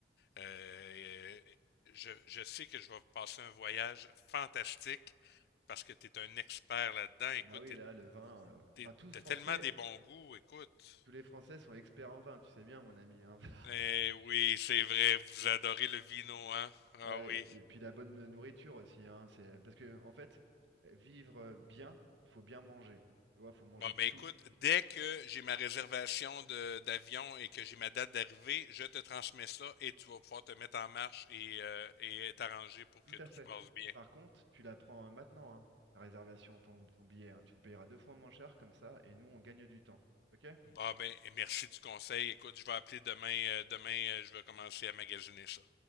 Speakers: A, on the left; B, on the right.
A: euh, euh, je, je sais que je vais passer un voyage fantastique parce que tu es un expert là-dedans. Écoute,
B: Ah bah oui,
A: t'es,
B: là, le vin. euh,
A: t'es-
B: Enfin, tous
A: t'as
B: Français,
A: tellement des bons goûts, écoute.
B: tous les Français sont experts en vin, tu sais bien, mon ami. hein. <laughs>
A: Eh oui, c'est vrai, vous adorez le vino, hein? Ah
B: Ouais,
A: oui.
B: et puis, et puis la bonne nourriture aussi, hein, c'est parce que en fait, euh, vivre euh, bien, il faut bien manger. Tu vois, il faut manger
A: Bon,
B: de
A: ben
B: tout.
A: écoute, dès que j'ai ma réservation de- d'avion et que j'ai ma date d'arrivée, je te transmets ça et tu vas pouvoir te mettre en marche et, euh, et t'arranger pour
B: Tout
A: que tout
B: à fait.
A: se passe bien.
B: Par contre, tu la prends euh, maintenant, hein, ta réservation, ton, ton billet, hein. Tu le payeras deux fois moins cher comme ça, et nous, on gagne du temps. Ok?
A: Bon, ben merci du conseil. Écoute, je vais appeler demain. euh, demain, euh, je vais commencer à magasiner ça.